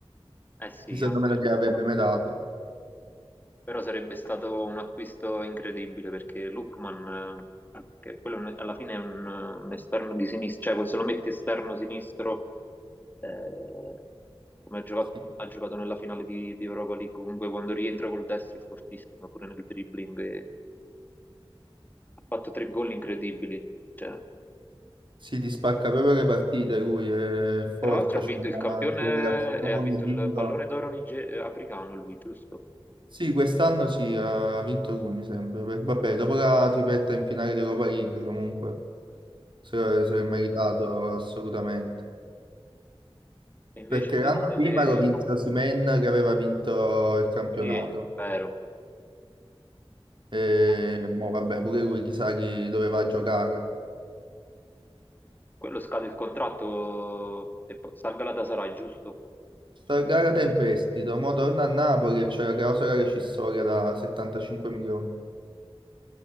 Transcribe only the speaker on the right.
Quindi
Secondo me non gliel'avrebbe
mai dato.
Sì.
Sì, ti spacca proprio le partite lui, è forte,
c'è
una
accelerazione,
tiro.
Sì, quest'anno sì, ha vinto lui, mi sembra. Per- Vabbè, dopo la tripletta in finale di Europa League, comunque, se, se l'è meritato assolutamente.
Perché
l'anno prima
lo vinse Osimhen che aveva vinto il campionato.
E
mo, vabbè, pure lui chissà chi doveva giocare.
Sta gara da in prestito, mo torna a Napoli e c'è la clausola rescissoria da 75 milioni.